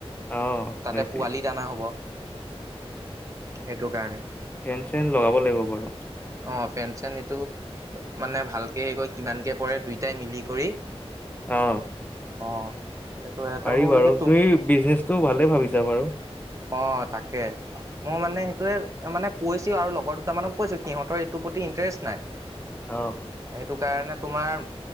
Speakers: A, on the left; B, on the right.
A: অ',
B: তাতে
A: সেইটোৱে
B: পোৱালি দানা হ'ব, সেইটো কাৰণে।
A: ফেন-চেন লগাব লাগিব বাৰু।
B: অ, ফেন-চেন এইটো মানে ভালকে সেই কৰি কিমানকে পৰে দুয়োটাই মিলি কৰি
A: অ
B: অ সেইটো এটা
A: পাৰি
B: মই বোলো
A: বাৰু,
B: কি তুম
A: তুমি বিজনেচটো ভালে ভাবিছা বাৰু।
B: অ' তাকে। মই মানে সেইটোয়ে মানে কৈছোঁ আৰু লগৰ দুটা মানক কৈছোঁ, সিহঁতৰ এইটো প্ৰতি ইণ্টেৰেষ্ট নাই। <inaudible>
A: অ
B: সেইটো কাৰণে তোমাৰ,